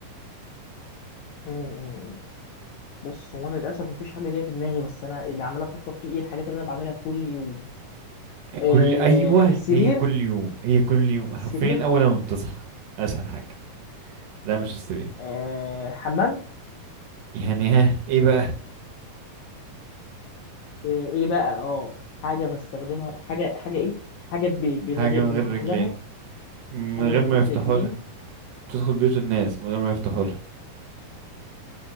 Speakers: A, on the left; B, on the right.
A: مم. مم. بص هو أنا للأسف مفيش حاجة جاية في دماغي بس أنا اللي عمال أفكر فيه إيه الحاجات اللي أنا بعملها كل يوم آه
B: كل ايوه
A: السرير
B: هي كل يوم هي كل يوم
A: السرير
B: حرفيا اول ما بتصحى اسهل حاجه لا مش السرير
A: آه حمام
B: يعني ها ايه بقى
A: آه ايه بقى اه حاجة بستخدمها حاجة حاجة ايه حاجة ب-
B: حاجه
A: من غير
B: من
A: بنفتح
B: غير رجلين
A: لها
B: من
A: حاجة
B: غير
A: من
B: ما
A: غير
B: يفتحوا
A: رجلين
B: لها تدخل بيوت الناس من غير ما يفتحوا لها